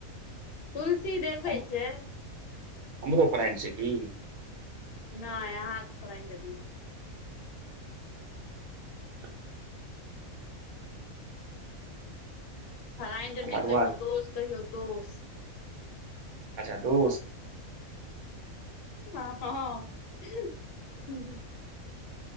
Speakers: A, on the left; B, on the right.
A: तुलसी देखै
B: हम
A: छै
B: हमरो फ्राइंड छै की
A: नहि अहाँ क फ्राइंड छथीन
B: <inaudible>
A: फराइण्ड नहि
B: मधुआ
A: कहियौ दोष कहियौ दोष
B: अच्छा दोस्त
A: हँ ह